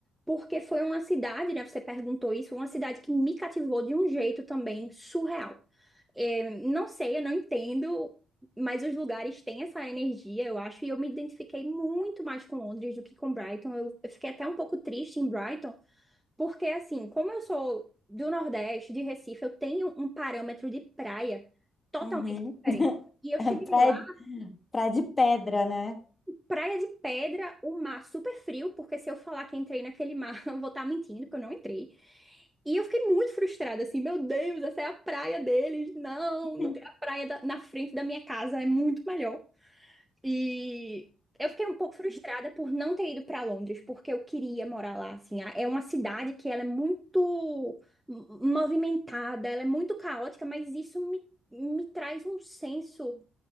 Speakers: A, in the centre; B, on the left.
A: Porque foi uma cidade, né? Você perguntou isso, uma cidade que me cativou de um jeito também surreal. É, não sei, eu não entendo, mas os lugares têm essa energia, eu acho, e eu me identifiquei muito mais com Londres do que com Brighton. Eu, eu fiquei até um pouco triste em Brighton, porque assim, como eu sou do Nordeste, de Recife, eu tenho um parâmetro de praia totalmente
B: Uhum.
A: diferente.
B: <laughs>
A: E eu
B: É
A: cheguei
B: praia,
A: lá
B: praia de pedra, né?
A: Praia de Pedra, o mar super frio, porque se eu falar que entrei naquele mar, <laughs> eu vou estar mentindo, porque eu não entrei. E eu fiquei muito frustrada, assim, meu Deus, essa é a praia deles. Não, não
B: <laughs>
A: tem a praia da- na frente da minha casa, é muito melhor. E eu fiquei um pouco frustrada por não ter ido para Londres, porque eu queria morar lá, assim. A- É uma cidade que ela é muito m- movimentada, ela é muito caótica, mas isso me, me traz um senso